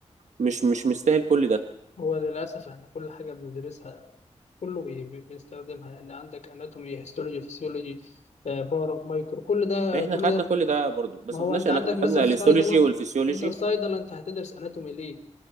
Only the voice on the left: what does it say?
هو للأسف احنا كل حاجة بندرسها كله بي- بي- بيستخدمها يعني عندك اناتومي هيستولوجي فسيولوجي آه، باور مايكرو كل ده
كل
ده
ما هو
انت
عندك
مثلا في
صيدلة
انت في صيدلة انت هتدرس اناتومي ليه؟